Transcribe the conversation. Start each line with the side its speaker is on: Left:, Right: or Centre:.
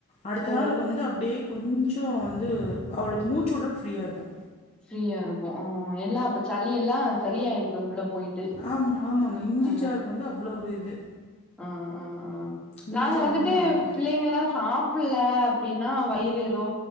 Left: அடுத்த
Centre: ஓ
Left: நாள் வந்து அப்டியே கொஞ்சொ வந்து அவளுக்கு மூச்சு வுட்றக்கு ஃப்ரீயா ருக்கு
Centre: ஃப்ரீயாருக்கு ஊ எல்லா அப்ப சளி எல்லா சரியாயிடுது உள்ள போயிட்டு
Left: ஆமா ஆமாங்க இஞ்சி
Centre: ஆ
Left: சாருக்கு வந்து அவ்ளோ ஒர் இது
Centre: அ அ அ
Left: இஞ்சி
Centre: நாங்க
Left: சாறு
Centre: வந்துட்டு
Left: வந்து நல்லது
Centre: புள்ளைங்கல்லா சாப்புல்ல அப்டின்னா வயிறு ஏதோ